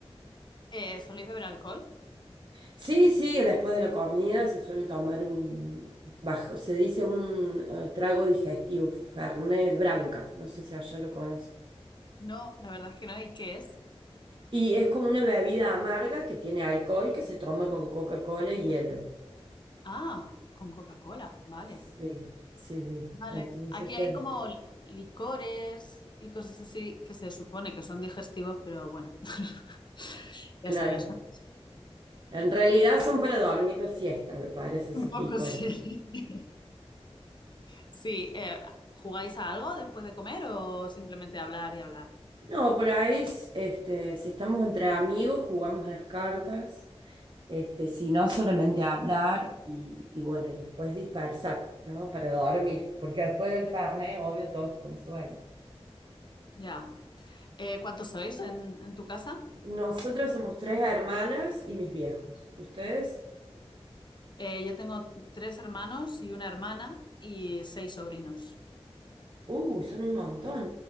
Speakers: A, on the left; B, on the right.
A: Eh, ¿soléis beber alcohol?
B: Sí, sí, después de la comida se suele tomar un bajo, se dice un eh, trago digestivo, fernet branca. No sé si allá lo conocen.
A: No, la verdad es que no. ¿Y qué es?
B: Y es como una bebida amarga que tiene alcohol que se toma con Coca-Cola y hielo.
A: Ah, con Coca-Cola, vale.
B: Sí, sí, sí.
A: Vale.
B: Entonces,
A: Aquí
B: ¿qué?
A: hay como li- licores y cosas así que se supone que son digestivos, pero bueno, <laughs>
B: Claro.
A: ya sabes, ¿no?
B: En realidad son para dormir la siesta, me parece, sus
A: Un poco
B: licores.
A: sí. <laughs> Sí, eh, ¿jugáis a algo después de comer o simplemente hablar y hablar?
B: No, por ahí, este, si estamos entre amigos, jugamos a las cartas. Este, si no, solamente hablar y, y bueno, y después dispersar, ¿no? Para dormir, porque después del Fernet, obvio, todos con sueño.
A: Ya. Eh, ¿cuántos sois en, en tu casa?
B: Nosotras somos tres hermanas y mis viejos. ¿Ustedes?
A: Eh, yo tengo tres hermanos y una hermana y seis sobrinos.
B: Uh, son un montón.